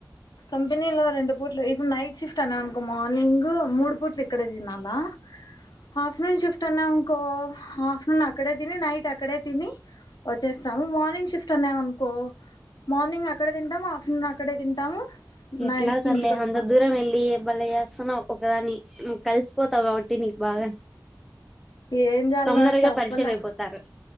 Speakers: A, on the left; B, in the centre.
A: కంపెనీలో రెండు పూట్లు ఇప్పుడు నైట్ షిఫ్ట్ అననుకో, మార్నింగు మూడు పూట్లు ఇక్కడ తినాలా. హాఫ్టర్నూన్ షిఫ్ట్ టనంవ్కో హాఫ్టర్నూన్ అక్కడే తిని, నైట్ అక్కడే తిని, వచ్చేస్తాము మార్నింగ్ షిఫ్ట్, <unintelligible> కో మార్నింగ్ అక్కడ తింటాం ఆఫ్టర్నూన్ అక్కడే తింటాము
B: ఎట్లా
A: నైట్ కి
B: తల్లి
A: ఇంటికి వస్తాం
B: అంతదూరం వెళ్లి భలే చేస్తన్నావ్ ఒకదాని నువ్ కలిసిపోతావ్ కాబట్టి నీకు బాగానే
A: ఏం చేయాలో
B: తొందరగా
A: తప్పలే
B: పరిచయం అయిపోతారు.